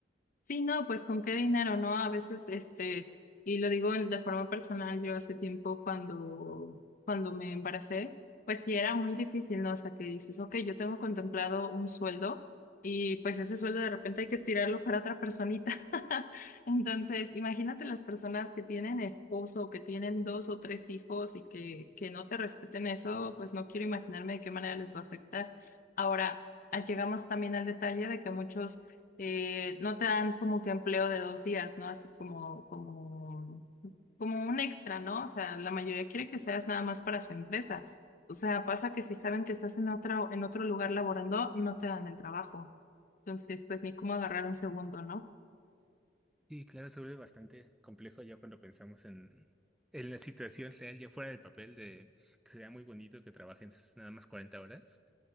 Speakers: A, on the left; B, in the centre.
A: Sí, no, pues con qué dinero, ¿no? A veces, este, y lo digo en- de forma personal, yo hace tiempo cuando, cuando me embaracé, pues sí era muy difícil, ¿no? O sea, que dices, ok, yo tengo contemplado un sueldo y pues ese sueldo de repente hay que estirarlo para otra personita. <laughs> Entonces, imagínate las personas que tienen esposo, que tienen dos o tres hijos y que, que no te respeten eso, pues no quiero imaginarme de qué manera les va a afectar. Ahora, ah, llegamos también al detalle de que muchos eh, no te dan como que empleo de dos días, ¿no? Así como, como, como un extra, ¿no? O sea, la mayoría quiere que seas nada más para su empresa. O sea, pasa que si saben que estás en otra, en otro lugar laborando, no te dan el trabajo. Entonces, pues ni cómo agarrar un segundo, ¿no?
B: Sí, claro, se vuelve bastante complejo ya cuando pensamos en, en la situación real, ya fuera del papel de que sería muy bonito que trabajes nada más cuarenta horas,